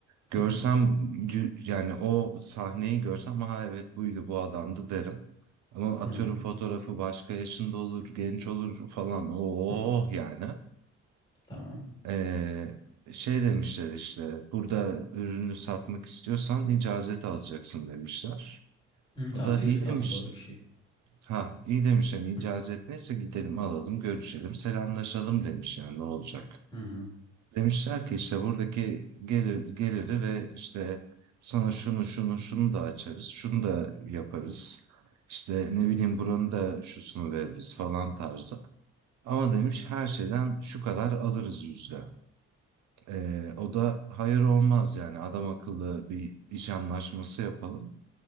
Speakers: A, on the left (about 15°); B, on the right (about 70°).
A: Hı
B: görsem
A: hı.
B: gü- yani o sahneyi görsem ha evet buydu bu adamdı derim. Ama atıyorum
A: Hı hı.
B: fotoğrafı başka yaşında olur, genç olur falan. Oh
A: Hı hı.
B: yani.
A: Tamam.
B: Ee, şey demişler işte burada ürünü satmak istiyorsan icazet alacaksın demişler.
A: Hı,
B: O
A: tamam
B: da
A: Firuz
B: iyi demiş.
A: Kanatlı doğru kişi.
B: Ha iyi demiş yani icazet
A: Hı
B: neyse gidelim alalım görüşelim selamlaşalım demiş yani ne olacak.
A: hı. hı.
B: Demişler ki işte buradaki gelir, geliri ve işte sana şunu şunu şunu da açarız, şunu da yaparız. İşte ne bileyim buranın da şusunu veririz falan tarzı. Ama demiş her şeyden şu kadar alırız yüzde. Ee, o da hayır olmaz yani adam akıllı bir iş anlaşması yapalım.